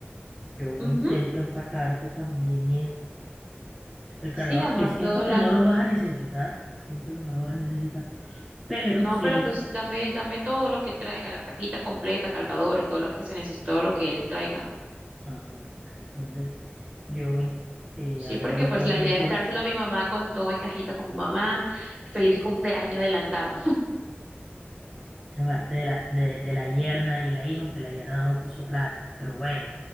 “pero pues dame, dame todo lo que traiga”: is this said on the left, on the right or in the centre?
Right